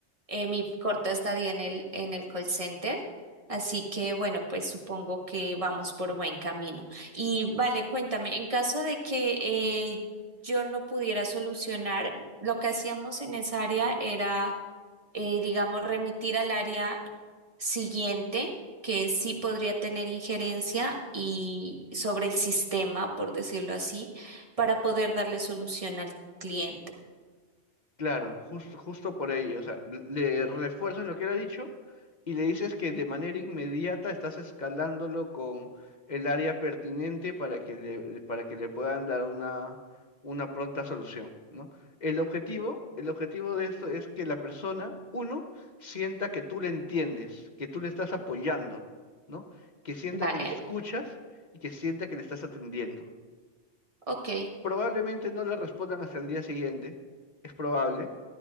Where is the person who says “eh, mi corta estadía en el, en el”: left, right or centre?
Right